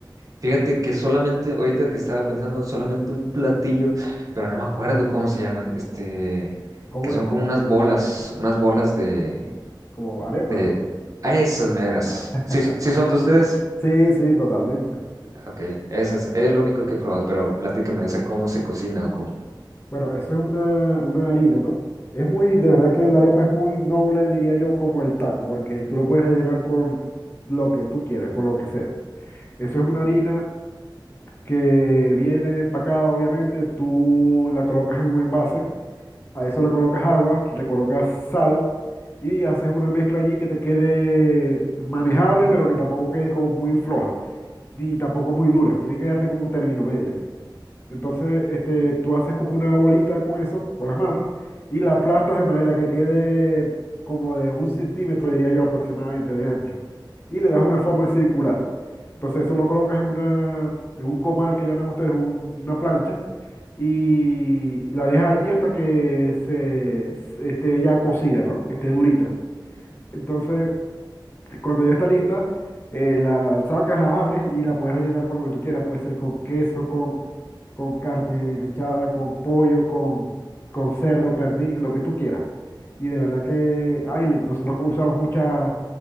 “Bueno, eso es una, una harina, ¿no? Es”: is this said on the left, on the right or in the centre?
Left